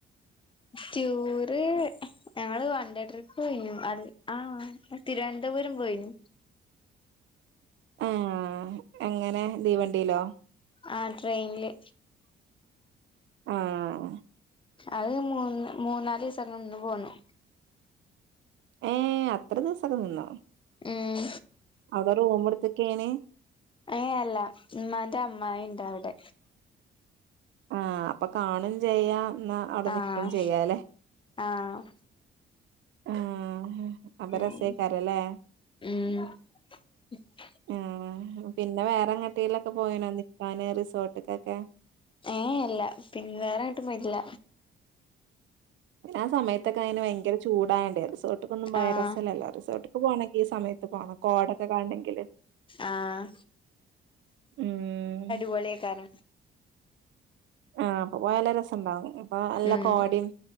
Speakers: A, on the left (about 25°); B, on the right (about 70°).
A: ടൂറ് ഞങ്ങള് വൺണ്ടേ ട്രിപ്പ് പോയീനു ആഹ് തിരുവനന്തപുരം പോയീനു
B: ആഹ് എങ്ങനെ തീവണ്ടീലോ
A: ആഹ് ട്രെയിനില്
B: ആഹ്
A: അത് മൂന്ന് മൂന്നാലീസം നിന്ന് പോന്നു
B: ഏഹ് അത്ര ദിവസൊക്കെ നിന്നോ
A: ഉം
B: അവരെ ഹോം വർക്കെങ്ങനെ?
A: ഏയ് അല്ല ഉമ്മാന്റെ അമ്മായിണ്ട് അവിടെ.
B: ആഹ് അപ്പൊ കാണും ചെയ്യാം എന്നാ അവിടെ
A: ആഹ്
B: നിക്കും ചെയ്യാല്ലെ.
A: ആഹ്.
B: ആഹ് അപ്പൊ
A: ഉം
B: രസേക്കാരല്ലേ
A: ഉം ഉം. ഉം.
B: ആഹ് പിന്നെ വേറെങ്ങട്ടയിലൊക്കെ പോയിണോ നിക്കാന് റിസോട്ട്ക്കൊക്കെ.
A: ഏയ് അല്ല പിന്നെ വേറെങ്ങട്ടും പോയ്ട്ടില്ല.
B: ആ സമയത്തൊക്കെ അയിന് ഭയങ്കര ചൂടായോണ്ടേ റിസോട്ട്ക്കൊന്നും പോയാ
A: ആഹ്
B: രസല്ലല്ലോ റിസോട്ട്ക്ക് പോണെങ്കി ഈ സമയത്ത് പോണം. കോടൊക്കെ കാണണെങ്കില്
A: ആഹ്
B: ഉം.
A: പൊളീകാരം
B: ആഹ് അപ്പൊ പോയ നല്ല രസംണ്ടാവും അപ്പൊ നല്ല
A: ഉം
B: കോടീം